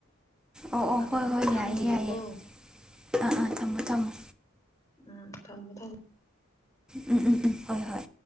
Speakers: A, in the centre; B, on the left (about 15°).
A: ꯑꯣ ꯑꯣ
B: ꯑꯗꯨ
A: ꯍꯣꯏ
B: ꯉꯥꯛꯇ
A: ꯍꯣꯏ
B: ꯊꯝꯈꯤꯒꯦꯀꯣ
A: ꯌꯥꯏꯌꯦ ꯌꯥꯏꯌꯦ ꯊꯝꯃꯣ ꯊꯝꯃꯣ
B: ꯎꯝ ꯊꯝꯃꯦ ꯊꯝꯃꯦ
A: ꯎꯝ ꯎꯝ ꯎꯝ ꯍꯣꯏ ꯍꯣꯏ